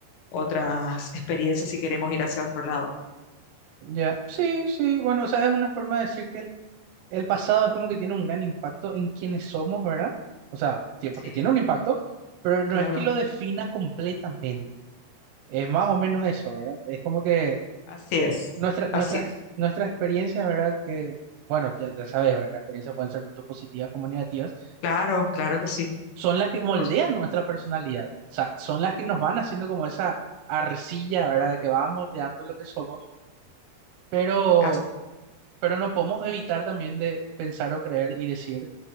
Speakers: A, on the left; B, on the right.
A: otras experiencias, si queremos ir hacia otro lado.
B: ya. Sí, sí, bueno, o sea, es una forma de decir que el, el pasado es como que tiene un gran impacto en quienes somos, ¿verdad? O sea, tiempo
A: Sí,
B: que tiene un impacto, pero no
A: claro,
B: es que lo defina completamente. Es más o menos eso, ¿verdad? Es como que
A: así es,
B: nuestra, nuestras,
A: así es.
B: ex- nuestras experiencias, ¿verdad? Que, bueno, ya, ya sabes, ¿verdad? Las experiencias pueden ser tanto positivas como negativas,
A: Claro, claro que sí.
B: son las que moldean
A: por su-
B: nuestra personalidad. O sea, son las que nos van haciendo como esa arcilla, ¿verdad? De que va moldeando lo que somos, pero,
A: así.
B: pero no podemos evitar también de pensar o creer y decir